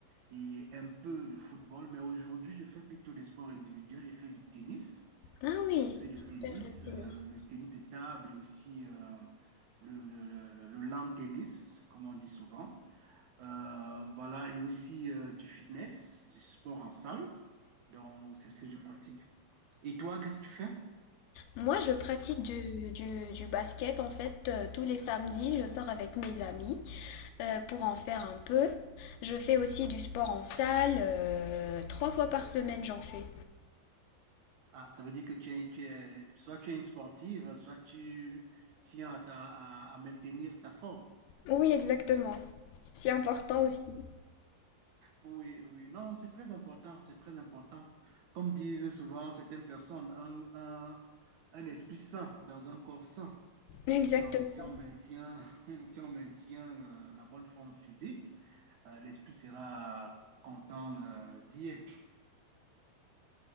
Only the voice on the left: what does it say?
Ah oui,
super
le tennis.
Moi, je pratique du, du- du basket en fait euh, tous les samedis. Je sors avec mes amis euh, pour en faire un peu. Je fais aussi du sport en salle. euh, trois fois par semaine, j'en fais.
Oui, exactement. C'est important aussi.
Exactement.